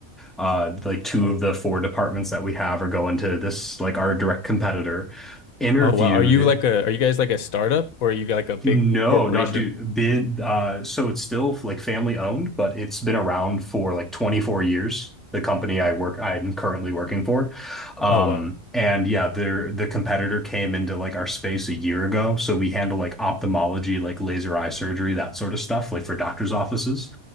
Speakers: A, in the centre; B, on the left.
A: Uh, like two of the four departments that we have are going to this like our direct competitor." Interviewed
B: Oh wow. Are you like a are you guys like a startup or are you like a big
A: No,
B: corporation?
A: no, dude. Been uh, so it's still like family owned, but it's been around for like 24 years. The company I work, I'm currently working for, um,
B: Oh wow.
A: and yeah, their the competitor came into like our space a year ago. So we handle like ophthalmology, like laser eye surgery, that sort of stuff, like for doctors' offices.